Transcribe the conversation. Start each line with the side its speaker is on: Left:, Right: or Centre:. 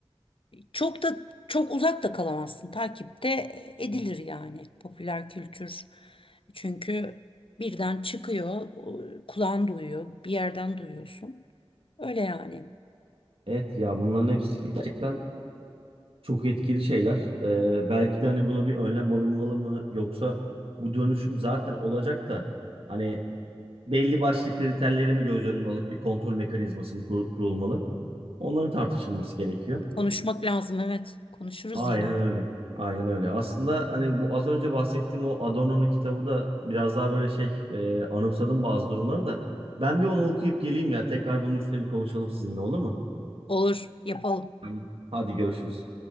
Left: çok da çok uzak da kalamazsın. Takipte edilir yani popüler kültür. Çünkü birden çıkıyor, o- kulağın duyuyor, bir yerden duyuyorsun. Öyle yani.
Right: Evet ya bunların hepsi gerçekten çok etkili şeyler. Ee, belki de hani buna bir önlem alınmalı mı yoksa bu dönüşüm zaten olacak da hani belli başlı kriterleri mi göz önüne alıp bir kontrol mekanizması mı kur- kurulmalı? Onların tartışılması gerekiyor.
Left: Konuşmak lazım, evet. Konuşuruz
Right: Aynen
Left: yine.
Right: öyle. Aynen öyle. Aslında hani bu az önce bahsettiğim o Adorno'nun kitabı da biraz daha böyle şey e, anımsadım bazı durumları da. Ben bir onu okuyup geleyim ya. Tekrar bunun üstüne bir konuşalım sizinle olur mu?
Left: Olur, yapalım.
Right: Tamam. Hadi görüşürüz.